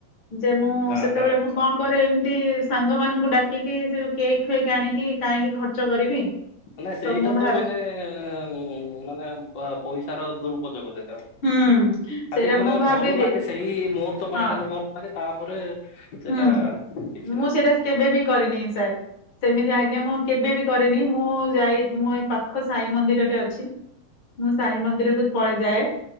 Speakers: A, on the left; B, on the left.
A: ଯେ ମୁଁ
B: ହଁ
A: ସେତେବେଳେ
B: ହଁ।
A: ମୁଁ କଣ କରେ ଏମିତି ସାଙ୍ଗ ମାନଙ୍କୁ ଡାକିକି ସେଯୋଉ କେକ୍ ଫେକ୍ ଆଣିକି କାହିଁକି ଖର୍ଚ୍ଚ କରିବି।
B: ନା ସେଇଟା
A: ମୁଁ ଭାବେ
B: ତ ମାନେ ଉ ମାନେ ପଇସାର ଦୁରୁପଯୋଗ ସେଇଟା ହବ।
A: ହୁଁ ସେଇଟା
B: ଖାଲି ମାନେ
A: ମୁଁ ଭାବିଦିଏ
B: ଭଲ ଲାଗେ ସେଇ ମୁହୂର୍ତ୍ତ
A: ହଁ
B: ପାଇଁ ଖାଲି ଭଲ ମାନେ ତାପରେ ସେଟା
A: ହୁଁ
B: କିଛି
A: ମୁଁ
B: ନାହିଁ।
A: ସେଇଟା କେବେ ବି କରିନି ସାର୍। ସେମିତି ଆଜ୍ଞା ମୁଁ କେବେବି କରେନି ମୁଁ ଯାଇ ମୁଁ ପାଖ ସାଇ ମନ୍ଦିରରେ ଅଛି। ମୁଁ ସାଇ ମନ୍ଦିରକୁ ପଳେ ଯାଏ।